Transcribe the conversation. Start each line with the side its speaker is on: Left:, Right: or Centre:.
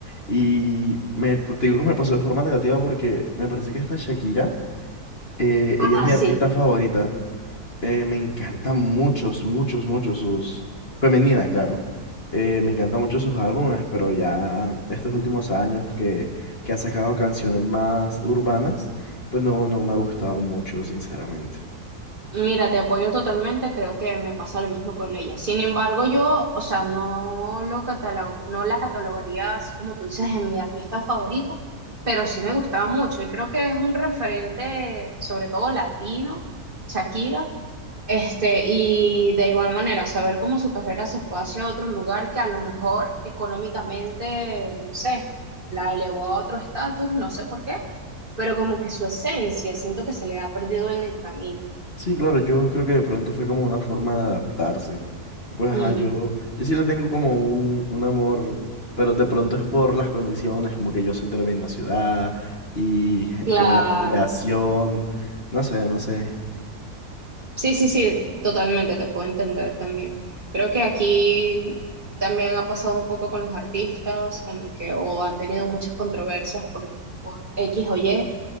Left: Y me, te digo que me pasó de forma negativa porque me parece que esta Shakira, eh, ella
Right: Ah,
Left: es mi
Right: sí.
Left: artista favorita. Eh, me encantan muchos, muchos, muchos sus... Femenina, claro. Eh, me encantan mucho sus álbumes, pero ya estos últimos años que, que ha sacado canciones más urbanas, pues no, no me ha gustado mucho, sinceramente.
Right: Mira, te apoyo totalmente, creo que me pasa lo mismo con ella. Sin embargo, yo, o sea, no lo catalogo, no la catalogaría así como tú dices en mi artista favorita, pero sí me gustaba mucho y creo que es un referente, sobre todo latino, Shakira, este, y de igual manera, saber cómo su carrera se fue hacia otro lugar que a lo mejor económicamente, no sé, la elevó a otro estatus, no sé por qué, pero como que su esencia, siento que se le ha perdido en el camino.
Left: Sí, claro, yo creo que de pronto fue como una forma de adaptarse. Pues ajá,
Right: Mm.
Left: yo, yo sí le tengo como un, un amor, pero de pronto es por las condiciones, como que yo soy de la misma ciudad y
Right: Claro,
Left: <laughs> como la admiración, no sé, no sé.
Right: sí, sí, sí, totalmente, te puedo entender también. Creo que aquí también ha pasado un poco con los artistas, como que o han tenido muchas controversias por, por X o Y,